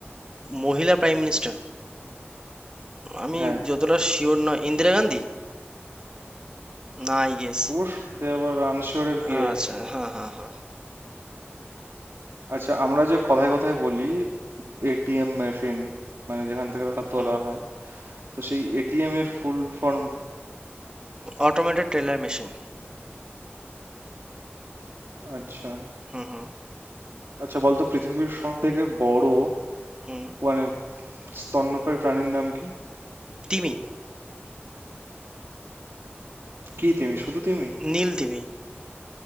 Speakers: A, on the right; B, on the right.
A: মহিলা প্রাইম মিনিস্টার আমি
B: হ্যাঁ
A: যতটা শিওর নয় ইন্দিরা গান্ধী না আই গেস
B: অবশ্যই এতে আবার আনশিওরের কি
A: আচ্ছা
B: আছে?
A: হ্যাঁ হ্যাঁ হ্যাঁ
B: আচ্ছা আমরা যে কথায় কথায় বলি এটিএম মেশিন মানে যেখান থেকে টাকা তোলা
A: হুম
B: হয় তো সেই এটিএম এর ফুল ফর্ম
A: Automated teller machine
B: আচ্ছা
A: হুম হুম
B: আচ্ছা বলতো পৃথিবীর সব থেকে বড়
A: হুম
B: মানে স্তন্যপায়ী প্রাণীর নাম কি
A: তিমি
B: কি তিমি শুধু তিমি
A: নীল তিমি